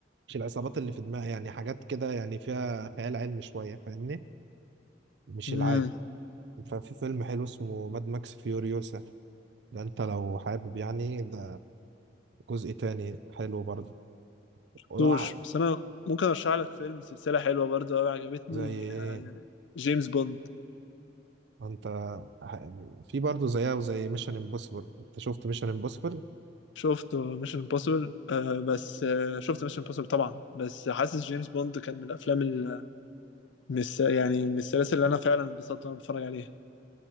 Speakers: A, on the right (about 65°); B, on the left (about 85°).
A: مش العصابات اللي في دماغي يعني حاجات كده يعني فيها خيال علمي شوية فاهمني مش
B: امم
A: العادي ففي فيلم حلو اسمه ماد ماكس فيوريوسا ده انت لو حابب يعني ده جزء تاني حلو برضه ولا
B: دوش بس انا ممكن ارشح لك فيلم سلسلة حلوة برضه قوي عجبتني
A: زي ايه
B: آه، جيمس بوند
A: انت ح- في برضه زيها وزي ميشن امبوسيبل انت شفت ميشن امبوسيبل
B: شفت ميشن امبوسيبل آه بس آه، شفت ميشن امبوسيبل طبعا بس حاسس جيمس بوند كان من الافلام ال- من الس- يعني من السلاسل اللي انا فعلا اتبسطت وانا بتفرج عليها